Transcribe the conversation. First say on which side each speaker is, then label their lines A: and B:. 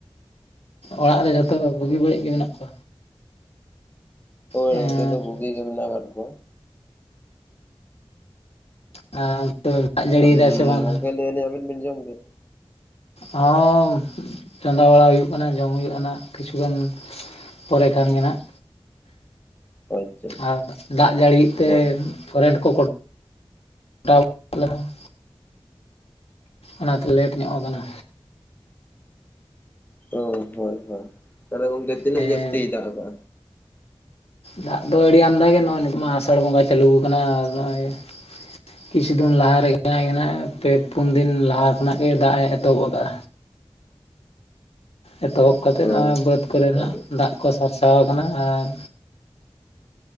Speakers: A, on the left; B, on the left.
A: ᱚᱲᱟᱜ ᱨᱮ ᱡᱷᱚᱛᱚ ᱵᱩᱜᱤ ᱵᱟᱹᱲᱤᱡ ᱜᱮ ᱢᱮᱱᱟᱜ ᱠᱚᱣᱟ
B: ᱦᱳᱭ
A: ᱦᱮᱸ
B: ᱱᱤᱛᱳᱜ ᱫᱚ ᱵᱷᱩᱜᱤ ᱜᱮ ᱢᱮ-ᱱᱟ ᱵᱟᱲᱟᱜ ᱠᱚ
A: ᱟᱨ <inaudible>
B: ᱦᱩᱸ
A: ᱵᱟᱝᱟ
B: ᱜᱚᱝᱠᱮ ᱞᱟᱹᱫᱞᱤᱧ ᱟᱵᱤᱱ ᱵᱤᱱ ᱡᱚᱢ ᱠᱮᱫᱟ
A: ᱚᱸ ᱪᱚᱸᱫᱟ ᱵᱟᱲᱟ ᱦᱩᱭᱩᱜ ᱠᱟᱱᱟ ᱡᱚᱢ ᱦᱩᱭᱩᱜ-ᱟ ᱱᱟᱜ ᱠᱤᱪᱷᱩᱜᱟᱱ ᱯᱚᱨᱮ ᱠᱷᱟᱱ ᱜᱮ ᱱᱟᱸᱜ
B: ᱟᱪᱪᱷᱟ ᱟᱪᱪᱷᱟ
A: ᱟᱨ ᱫᱟᱜ ᱡᱟᱹᱲᱤ ᱛᱮ
B: ᱦᱳᱭ
A: ᱠᱚᱨᱮᱱ ᱠᱚ ᱠᱚᱴ <unintelligible> ᱚᱱᱟᱛᱮ ᱞᱮᱴ ᱧᱚᱜ ᱠᱟᱱᱟ
B: ᱚ ᱦᱳᱭ ᱦᱳᱭ ᱛᱟᱦᱚᱞᱮ ᱜᱚᱝᱠᱮ ᱛᱤᱱᱟᱹᱜ
A: ᱦᱮᱸ
B: ᱡᱟᱹᱥᱛᱤᱭ ᱫᱟᱜ ᱠᱟ
A: ᱫᱟᱜ ᱫᱚ ᱟᱹᱰᱤ ᱟᱢᱫᱟ ᱜᱮ ᱱᱚᱜᱼᱚᱭ ᱱᱤᱛᱚᱜ ᱢᱟ ᱟᱥᱟᱲ ᱵᱚᱸᱜᱟ ᱪᱟᱹᱞᱩ ᱟᱠᱟᱱᱟ ᱱᱚᱜᱼᱚᱭ ᱠᱤᱪᱷᱩ ᱫᱤᱱ ᱞᱟᱦᱟ ᱨᱮᱜᱮ ᱦᱱᱟᱜ ᱜᱮ ᱱᱟᱜ ᱮ ᱯᱮ ᱯᱩᱱ ᱫᱤᱱ ᱞᱟᱦᱟ ᱠᱷᱚᱱᱟᱜ ᱜᱮ ᱫᱟᱜ ᱮ ᱮᱛᱚᱦᱚᱵ ᱟᱠᱟᱫᱼᱟ ᱮᱛᱚᱦᱚᱵ ᱠᱟᱛᱮᱫ
B: ᱚ
A: ᱱᱚᱣᱟᱜᱼ ᱵᱟᱹᱫᱽ ᱠᱚᱨᱮᱱᱟᱜ
B: ᱟᱫᱚ
A: ᱫᱟᱜ ᱠᱚ ᱥᱟᱨᱥᱟᱣ ᱟᱠᱟᱱᱟ ᱟᱨ